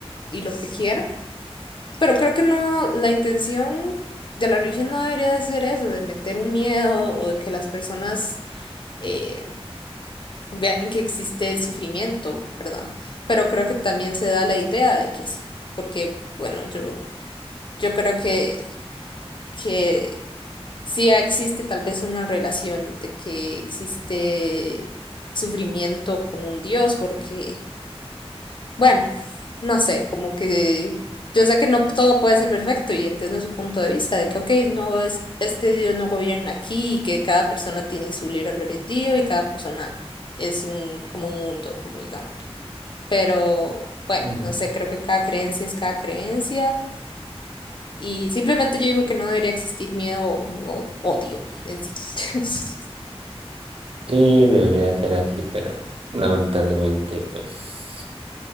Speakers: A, on the left; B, on the right.
A: y lo que quieran pero creo que no, la intención de la religión no debería de ser eso, de meter un miedo o de que las personas eh, vean que existe sufrimiento, ¿verdad? Pero creo que también se da la idea de que sí, porque, bueno, yo, yo creo que, que sí existe tal vez una relación de que existe sufrimiento con un Dios, porque Bueno, no sé, como que yo sé que no todo puede ser perfecto y entiendo su punto de vista de que, ok, no es, este Dios no gobierna aquí y que cada persona tiene su libre albedrío y cada persona es un, como un mundo, como digámosle. Pero bueno,
B: Ujú.
A: no sé, creo que cada creencia es cada creencia y simplemente yo digo que no debería existir miedo o odio en sí. <laughs>
B: Sí, debería ser así, pero lamentablemente pues...